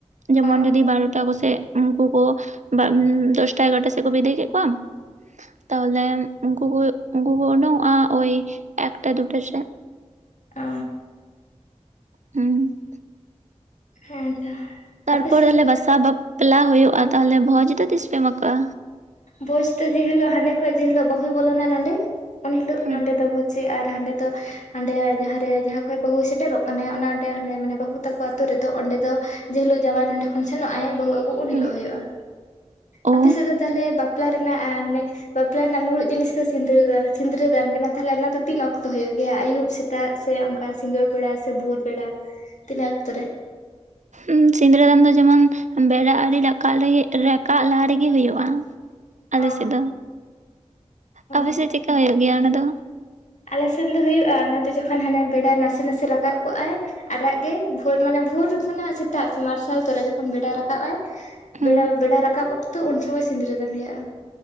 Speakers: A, on the right (about 85°); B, on the left (about 85°).
A: ᱡᱮᱢᱚᱱ
B: ᱚ
A: ᱡᱩᱫᱤ ᱵᱟᱨᱚᱴᱟ ᱠᱚᱥᱮᱡ ᱩᱱᱠᱩ ᱠᱚ, ᱵᱟ ᱫᱚᱥᱴᱟ ᱮᱜᱟᱨᱚᱴᱟ ᱥᱮᱫ ᱠᱚ ᱵᱤᱫᱟᱹᱭ ᱠᱮᱫ ᱠᱚᱣᱟ, ᱛᱟᱦᱞᱮ ᱩᱱᱠᱩ ᱠᱚ ᱩᱱᱠᱩ ᱠᱚ ᱩᱰᱩᱝᱚᱜᱼᱟ ᱳᱭ ᱮᱠᱴᱟ ᱫᱩᱴᱟ ᱥᱮᱫ,
B: ᱚᱻ
A: ᱦᱩᱸ
B: ᱦᱮᱸ ᱛᱚ,
A: ᱛᱟᱨᱯᱚᱨᱮ
B: ᱟᱯᱮ ᱥᱮᱱ
A: ᱞᱮ
B: ᱫᱚ
A: ᱵᱟᱥᱟ ᱵᱟᱯᱞᱟ ᱦᱩᱭᱩᱜᱼᱟ ᱛᱟᱦᱚᱞᱮ ᱵᱷᱚᱡᱽ ᱫᱚ ᱛᱤᱥ ᱯᱮ ᱮᱢᱟ ᱠᱚᱣᱟ,
B: ᱵᱷᱚᱡ ᱛᱚ ᱡᱮᱦᱤᱞᱳᱜ ᱦᱟᱸᱰᱮ ᱠᱷᱚᱡ ᱡᱮ ᱦᱤᱞᱳᱜ ᱵᱟᱦᱩᱭ ᱵᱚᱞᱚᱱᱟ ᱱᱚᱸᱰᱮ, ᱩᱱ ᱦᱤᱞᱳᱜ
A: ᱦᱮᱸ
B: ᱱᱚᱸᱰᱮ ᱫᱚ ᱵᱷᱳᱡᱽ ᱟᱨ ᱦᱟᱸᱰᱮ ᱫᱚ, ᱦᱟᱸᱰᱮ ᱡᱟᱦᱟᱸᱨᱮ ᱡᱟᱦᱟᱸ ᱠᱷᱚᱡ ᱵᱟᱹᱦᱩᱭ ᱥᱮᱴᱮᱨᱚᱜ ᱠᱟᱱᱮ ᱚᱱᱟᱸᱰᱮ ᱢᱟᱱᱮ ᱵᱟᱹᱦᱩ ᱛᱟᱠᱚ ᱟᱛᱳ ᱨᱮᱫᱚ ᱚᱸᱰᱮ ᱫᱚ, ᱡᱮ ᱦᱤᱞᱳᱜ ᱡᱟᱶᱟᱭ ᱱᱚᱰᱮ ᱠᱷᱚᱱ ᱥᱮᱱᱚᱜ ᱟᱭ ᱵᱟᱹᱦᱩ ᱟᱹᱜᱩ ᱩᱱ
A: ᱦᱮᱸ
B: ᱦᱤᱞᱳᱜ ᱦᱩᱭᱩᱜᱼᱟ
A: ᱚ
B: ᱟᱯᱮᱥᱮᱫ ᱫᱚ ᱛᱟᱦᱚᱞᱮ, ᱨᱮᱱᱟᱜ-ᱟ ᱱᱮᱻ ᱵᱟᱯᱞᱟ ᱨᱮᱱᱟᱜ ᱢᱩᱬᱩᱛ ᱡᱤᱱᱤᱥ ᱫᱚ ᱥᱤᱸᱨᱟᱹ ᱫᱟᱱ ᱥᱤᱸᱫᱽᱨᱟᱹᱫᱟᱱ ᱠᱟᱱᱟ ᱛᱟᱦᱟᱞᱮ ᱚᱱᱟ ᱫᱚ ᱛᱤᱱ ᱚᱠᱛᱚ ᱦᱳᱭᱩᱜ ᱜᱮᱭᱟ ᱟᱹᱭᱩᱵ ᱥᱮ ᱼᱼ ᱥᱮᱛᱟᱜ ᱥᱮ ᱚᱱᱠᱟ ᱥᱤᱸᱜᱟᱹᱲ ᱵᱮᱲᱟ ᱥᱮ ᱵᱷᱳᱨ ᱵᱮᱲᱟ ᱛᱤᱱᱟᱹᱜ ᱚᱠᱛᱚ ᱨᱮ?
A: ᱩᱸ ᱥᱤᱸᱫᱽᱨᱟᱹ ᱫᱟᱱ ᱫᱚ ᱡᱮᱢᱚᱱ ᱵᱮᱲᱟ ᱟᱣᱨᱤ ᱨᱟᱠᱟᱵ ᱨᱮᱜᱮ ᱨᱟᱠᱟᱵ ᱞᱟᱦᱟ ᱨᱮᱜᱮ ᱦᱩᱭᱩᱜᱼᱟ। ᱟᱞᱮ
B: ᱚ
A: ᱥᱮᱫ ᱫᱚ, ᱟᱯᱮ
B: ᱚ
A: ᱥᱮᱫ ᱪᱮᱫᱠᱟ ᱦᱩᱭᱩᱜ ᱜᱮᱭᱟ ᱚᱱᱟ ᱫᱚ?
B: ᱟᱞᱮ ᱥᱮᱱ ᱫᱚ ᱦᱩᱭᱩᱜᱼᱟ ᱚᱱᱟ ᱫᱚ ᱡᱚᱠᱷᱚᱱ ᱦᱟᱱᱮ ᱵᱮᱰᱟ ᱱᱟᱥᱮ ᱱᱟᱥᱮ ᱨᱟᱠᱟᱵ ᱠᱚᱜᱼᱟᱭ ᱟᱨᱟᱜ ᱜᱮ ᱵᱷᱳᱨ ᱢᱟᱱᱮ ᱵᱷᱳᱨ ᱠᱷᱚᱱᱟᱜ ᱥᱮᱛᱟᱜ ᱢᱟᱨᱥᱟᱞ ᱛᱚᱨᱟ, ᱡᱚᱠᱷᱚᱱ ᱵᱮᱲᱟ ᱨᱟᱠᱟᱵ ᱟᱭ
A: ᱦᱩᱸ
B: ᱵᱮᱲᱟ ᱵᱮᱲᱟ ᱨᱟᱠᱟᱵ ᱚᱠᱛᱚ ᱩᱱ ᱥᱚᱢᱚᱭ ᱥᱤᱸᱫᱽᱨᱟᱹ ᱫᱟᱱ ᱦᱩᱭᱩᱜᱼᱟ,